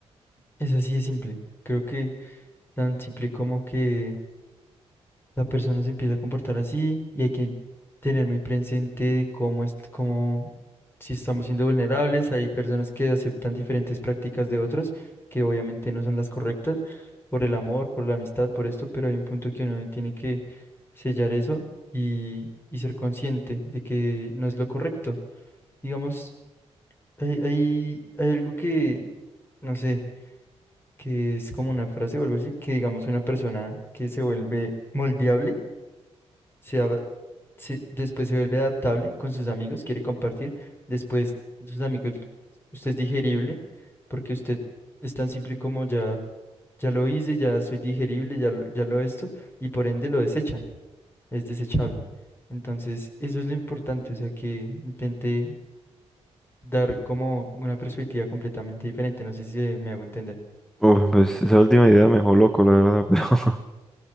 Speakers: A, on the left (about 20°); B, in the centre.
A: es así de simple. Creo que tan simple como que la persona se empieza a comportar así y hay que tener muy presente de cómo es, cómo, si estamos siendo vulnerables, hay personas que aceptan diferentes prácticas de otros que obviamente no son las correctas por el amor, por la amistad, por esto, pero hay un punto que uno tiene que sellar eso y, y ser consciente de que no es lo correcto. Digamos, hay, hay, hay algo que, no sé, que es como una frase o algo así, que digamos una persona que se vuelve moldeable se ad- se- después se vuelve adaptable con sus amigos, quiere compartir, después sus amigos, l- usted es digerible, porque usted es tan simple como ya, ya lo hice, ya soy digerible, ya lo, ya lo esto, y por ende lo desechan, es desechable. Entonces, eso es lo importante, o sea, que intente dar como una perspectiva completamente diferente, no sé si se- me hago entender.
B: Uf, pues esa última idea me dejó loco, la verdad, <laughs> pero...